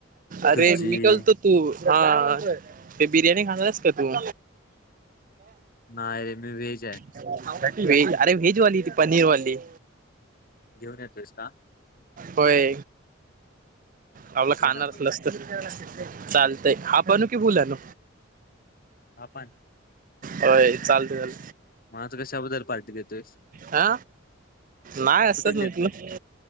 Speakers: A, on the right; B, on the left.
A: अरे
B: तुझी
A: निकल तो तू हा ते बिर्याणी खाणारस का तू?
B: नाही रे मी वेच आहे.
A: अरे वेज वाली ती पनीर वाली
B: घेऊन येतोयस का?
A: होय आपलं खाणार
B: ये ना मग
A: ल असत.
B: ये.
A: चालतंय आपणू कि बुलान
B: आपन
A: होय चालत चाल.
B: मझं कशाबद्दल पार्टी देतोय.
A: हा नाही असतच
B: देतोयस?
A: म त